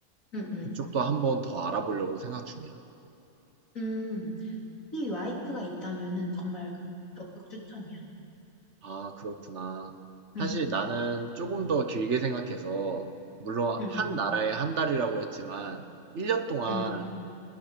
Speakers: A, on the left; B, on the right.
A: 응, 응.
B: 그쪽도 한번 더 알아보려고 생각 중이야.
A: 음, 이 와이프가 있다면은 정말 적극 추천이야.
B: 아, 그렇구나.
A: 응,
B: 사실 나는 조금 더 길게 생각해서, 물론
A: 응,
B: 한
A: 응,
B: 나라에 한 달이라고 했지만, 1년 동안
A: 응.